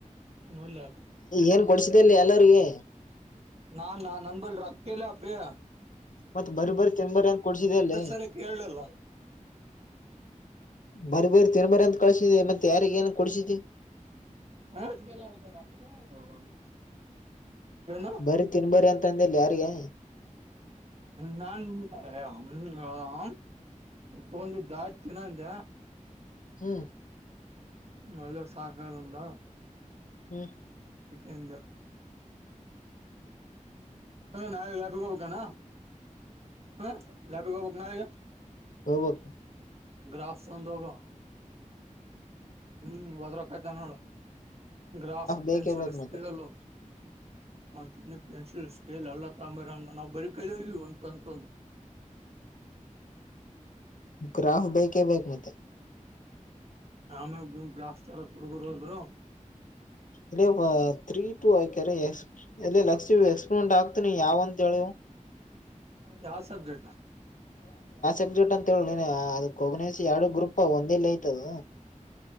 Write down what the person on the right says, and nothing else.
ಇಲ್ಲ
ನಾ ನಾ ನನ್ ಬಳಿ ರೊಕ್ ಇಲ್ಲ ‌. ಪ್ರಿಯ
ಸರಿ ಕೇಳಲಿಲ್ಲ
ಹ ಏನು
ನನ್ <unintelligible> ತ ಒಂದು ದಾಸ್ ದಿನ ಅಂದ.
ಒಳ್ಳೆ ಸಾಕಂದ.
ಎಂತ ನಾದು <unintelligible> ಬೇಕಾನ. ಹ ಲಾಬಿ ಹೊಬೆಕ ನಾವಿಗ.
ಗ್ರಾಸ್ ಒಂದ ಹೋಗ ಹ್ಮ ಹೊದ್ರಕಾಯ್ತಾ ನೋಡು. ಗ್ರಾಫ್
ಪೆನ್ಸಿಲ್
ಸ್ಕೆಲು.
ಮತ್ತ ಪೆನ್ಸಿಲ್ ಸ್ಕೇಲ್ ಎಲ್ಲ ತಗಂಬರಂದ ನಾವವು ಬರಿ ಕೈಲವಿಂತಂತ. <inaudible>
ಹ ಗ್ರಾಫ್ ತರಕ್ ಹುಡ್ಗುರ್ ಹೋದ್ರು.
ಯಾವ ಸಬ್ಜೆಕ್ಟ್.